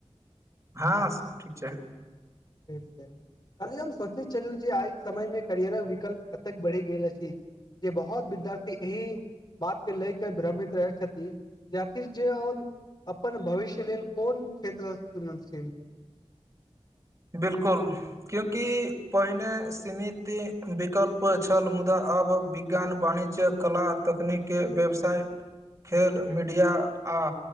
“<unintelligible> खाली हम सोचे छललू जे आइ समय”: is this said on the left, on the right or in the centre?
Left